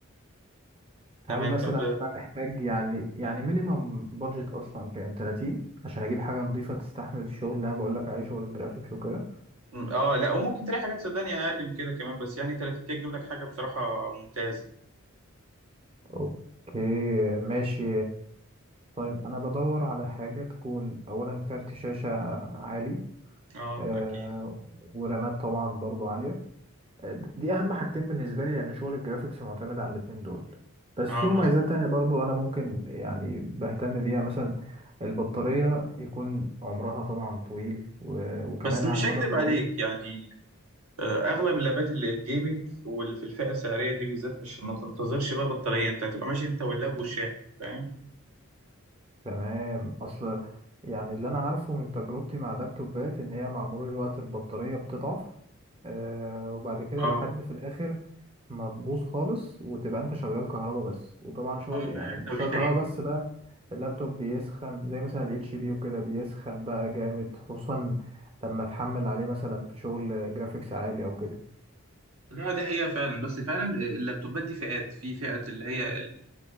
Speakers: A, on the right (about 25°); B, on the right (about 80°).
A: هل
B: تمام
A: مثلا
B: طب
A: انا محتاج يعني يعني مينيمم بادجت اصلا كام 30 عشان اجيب حاجه نظيفه تستحمل الشغل اللي انا بقول لك عليه شغل الجرافيكس وكده
B: اه لا وممكن تلاقي حاجات صدقني اقل من كده كمان بس يعني 30 دقيقه تجيب لك حاجه بصراحه ممتازه
A: اوكي ماشي طيب انا بدور على حاجة تكون اولا كارت شاشة عالي
B: اه
A: آه
B: اكيد
A: ورامات طبعا برضو عالية آه، دي اهم حاجتين بالنسبة لي لان شغل الجرافيكس معتمد على الاتنين دول بس
B: اه
A: في مميزات
B: مظبوط
A: تانية برضو انا ممكن يعني بهتم بيها مثلا البطارية يكون عمرها طبعا طويل و- وكمان
B: بس مش
A: على المدى
B: هكدب
A: الطويل
B: عليك يعني آه، اغلب اللابات اللي الجيمنج واللي في الفئه السعريه دي بالذات مش ما تنتظرش بقى بطاريه انت هتبقى ماشي انت واللاب والشاحن فاهم
A: تمام اصل يعني اللي انا عارفه من تجربتي مع اللابتوبات ان هي مع مرور الوقت البطارية بتضعف آه وبعد كده
B: اه
A: لحد في الاخر ما تبوظ خالص وتبقى انت شغال كهربا بس وطبعا شغل
B: اه
A: يعني
B: لا، انت
A: مش
B: والشاحن
A: شغال كهربا بس بقى اللابتوب بيسخن زي مثلا الاتش بي وكده بيسخن بقى جامد خصوصا لما تحمل عليه مثلا في شغل جرافيكس عالي او كده
B: لا دي حقيقه فعلا بس فعلا اللابتوبات دي فئات في فئه اللي هي